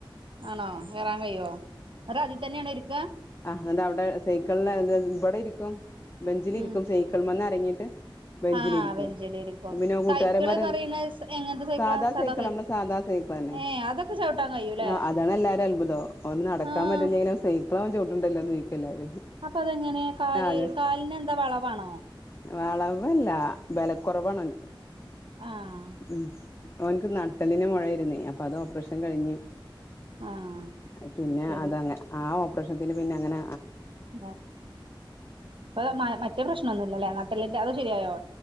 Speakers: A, on the right; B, on the left.
A: ആണോ കേറാൻ കയിയോ ന്നിട്ട് അതി തന്നെയണോ ഇരിക്ക
B: ആ് അ അവിടെ സൈക്കിള ഇവിടെ ഇരിക്കും ബെഞ്ചിലിരിക്കും
A: ഉം
B: സൈക്കിൾമെന്ന് ഇറങ്ങിയിട്ട് ബെഞ്ചിലിരിക്കും
A: ആഹ് ബെഞ്ചില് ഇരിക്കും
B: പിന്നെ
A: സൈക്കിള്
B: കൂട്ടുകാരന്മാര്
A: പറയണ എങ്ങനത്തെ സൈക്കിളാ
B: സാധാ
A: സാദാ
B: സൈക്കിള്ളാ
A: സൈ
B: നമ്മളെ. സാധാ സൈക്കള് തന്നെ
A: ഏഹ് അതൊക്കെ ചവിട്ടാൻ കഴിയൂല്ലേ
B: ആ അതാണ്ല്ലാ അത്ഭുതം ഓൻ നടക്കാൻ
A: ആഹ്
B: പറ്റില്ലെങ്കിലും സൈക്കളവൻ ചോട്ടണ്ടല്ലോന്ന് ചോയിക്കും എല്ലാരും
A: അപ്പൊ അതെങ്ങനെ കാല്
B: ആഹ് അതെ
A: കാലിന് എന്താ വളവാണോ?
B: വളവല്ല ബല കുറവാണ്
A: ആഹ്
B: ഉം ഒൻക്ക് നട്ടലിന് മുഴയിരുന്നേ അപ്പൊ അത് ഓപ്പറേഷൻ കഴിഞ്ഞ്.
A: ആഹ്
B: പിന്നെ
A: അത് ശരി
B: അതങ്ങെ ആ ഓപ്പറേഷത്തിന് പിന്നെ അങ്ങന
A: <unintelligible> ഇപ്പോ മ മറ്റേ പ്രശ്നൊന്നുല്ലല്ലേ നട്ടല്ലിന്റെ അത് ശരിയായോ